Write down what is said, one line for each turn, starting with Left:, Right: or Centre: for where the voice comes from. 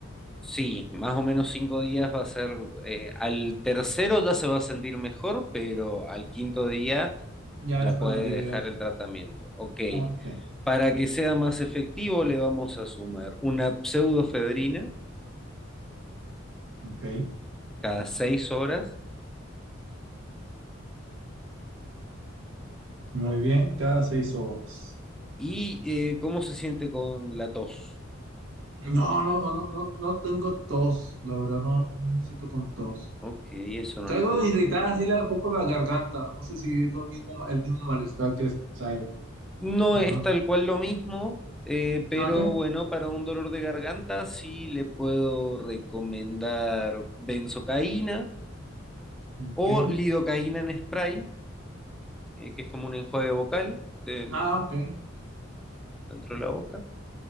Centre: sí, más o menos cinco días va a ser, eh, al tercero ya se va a sentir mejor, pero al quinto día
Right: Ya
Centre: ya
Right: es
Centre: puede
Right: para
Centre: dejar
Right: liberar.
Centre: el tratamiento. Ok,
Right: Ok,
Centre: para que sea más efectivo le vamos a sumar una pseudofedrina
Right: ok.
Centre: cada seis horas
Right: Muy bien, cada seis horas.
Centre: y eh, cómo se siente con la tos.
Right: No, no, no, no, no tengo tos, la verdad, no, no me siento con tos.
Centre: Ok, eso no
Right: Traigo
Centre: le podemos.
Right: irritada
Centre: dar. ¿no?
Right: así la- un poco la garganta, no sé si es lo mismo, ma- el mismo malestar que es, traigo,
Centre: No
Right: pero
Centre: es
Right: no
Centre: tal
Right: sé.
Centre: cual lo mismo, eh, pero
Right: Ah, Ok,
Centre: bueno, para un dolor de garganta sí le puedo recomendar benzocaína
Right: ok.
Centre: o lidocaína en spray, eh, que es como un enjuague vocal, usted
Right: Ah, ok.
Centre: dentro de la boca.